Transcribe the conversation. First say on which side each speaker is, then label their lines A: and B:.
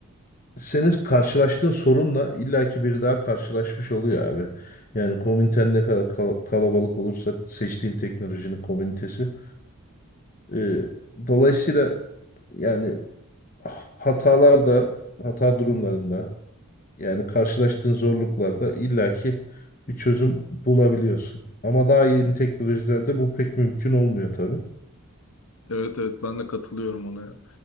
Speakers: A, on the left; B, on the left.
A: senin karşılaştığın sorunla illaki biri daha karşılaşmış oluyor abi. Yani komüniten ne kadar kal- kalabalık olursa seçtiğin teknolojinin komünitesi. e, dolayısıyla yani hatalarda, hata durumlarında yani karşılaştığın zorluklarda illaki bir çözüm bulabiliyorsun. Ama daha yeni teknolojilerde bu pek mümkün olmuyor tabii.
B: Evet evet ben de katılıyorum ona ya.